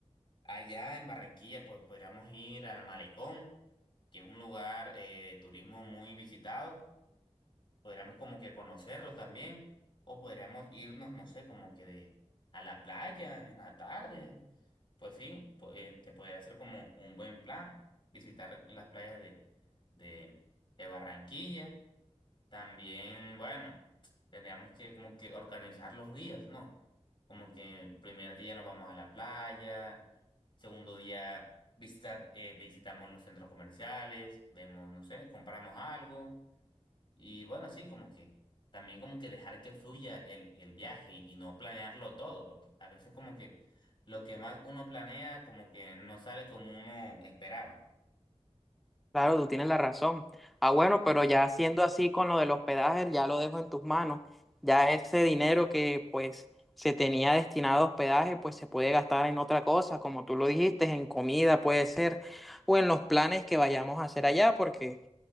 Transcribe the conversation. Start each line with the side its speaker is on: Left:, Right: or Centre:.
Left: Allá en Barranquilla, pues podríamos ir al Malecón, que es un lugar eh, de turismo muy visitado. Podríamos como que conocerlo también, o podríamos irnos, no sé, como que de, a la playa en la tarde. Pues sí, po- eh, te podría hacer como un buen plan, visitar las playas de, de, de Barranquilla. También, bueno, tendríamos que como que organizar los días, ¿no? Como que el primer día nos vamos a la playa, segundo día visita- eh, visitamos los centros comerciales, vemos, no sé, compramos algo y bueno, sí, como que también como que dejar que fluya el, el viaje y no planearlo todo, porque a veces como que lo que más uno planea como que no sale como uno esperaba.
Centre: Claro, tú tienes la razón. Ah, bueno, pero ya siendo así con lo del hospedaje, ya lo dejo en tus manos. Ya ese dinero que pues se tenía destinado a hospedaje, pues se puede gastar en otra cosa, como tú lo dijiste, en comida puede ser, o en los planes que vayamos a hacer allá, porque